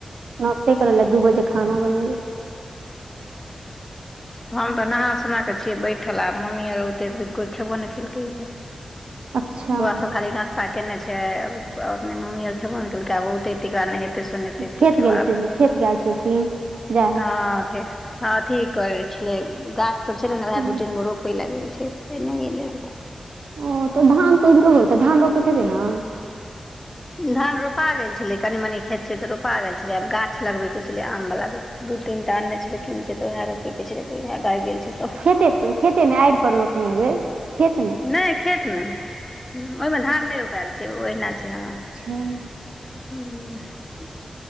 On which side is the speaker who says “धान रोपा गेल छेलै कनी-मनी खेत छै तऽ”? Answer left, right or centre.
Left